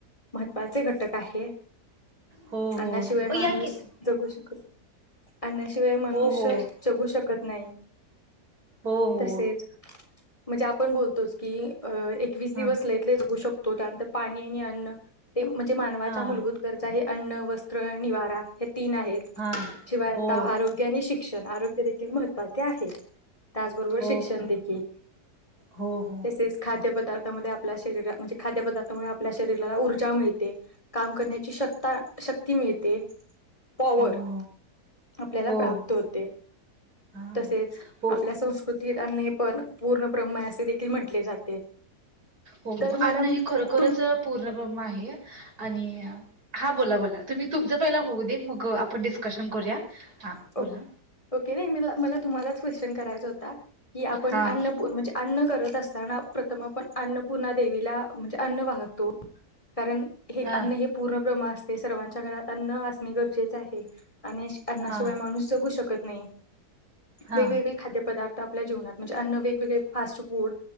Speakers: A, on the left (about 20°); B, on the right (about 65°).
A: महत्त्वाचे घटक आहे.
B: हो हो
A: अन्नाशिवाय माणूस
B: ओ या की
A: जगू शकत. अन्नाशिवाय मनुष्य
B: हो हो
A: जगू शकत नाही.
B: हो हो
A: तसेच म्हणजे आप आपण बोलतोच की एकवीस दिवस
B: हां
A: लईतले जगू शकतो त्यानंतर पाणी आणि अन्न ते म्हणजे मानवाच्या
B: हां
A: मलभूत गरजा हे अन्न, वस्त्र, निवारा हे तीन आहेत
B: हां
A: शिवाय आता
B: हो
A: आरोग्य आणि शिक्षण आरोग्य देखील हे महत्त्वाचे आहेत. त्याचबरोबर
B: हो
A: शिक्षण
B: हो
A: देखील
B: हो
A: तसेच खाद्यपदार्थ त्याच्यामधे आपल्या शरीर म्हणजे खाद्य पदार्थामुळे आपल्या शरीराला ऊर्जा मिळते काम करण्याची शक्ता शक्ती मिळते. पॉवर
B: हो
A: आपल्याला
B: हो
A: प्राप्त होते
B: हा
A: तसेच
B: हो
A: आपल्या संस्कृतीत अन्न हे पण पूर्ण ब्रम्ह असे देखील म्हटले जाते
B: हो
A: तर मॅडम
B: अन्न हे खरोखरच
A: तुम
B: पूर्णबम आहे आणि हा बोला बोला तुम्ही तुमचं पहिला होऊ दे मग आपण डिस्कशन करूया हा बोला
A: ओ ओके वय मी मला तुम्हालाच क्वेशन करायचां होता की आपण
B: हा
A: अन्न अन्न करत असताना प्रथम आपण अन्न पुन्हा देवीला म्हणजे अन्न वाहतो. कारण हे
B: हा
A: अन्न हे पूर्णब्रम्ह असत ते सर्वांच्या घरात अन्न असणे गरजेचे आहे. आणि अ आण्णाशिवाय
B: हा
A: माणूस जगू शकत नई
B: हा
A: वेगवेगळे खाद्य पदार्थ आपल्या जीवनात म्हणजे अन्न वेगवेगळे फास्ट फूड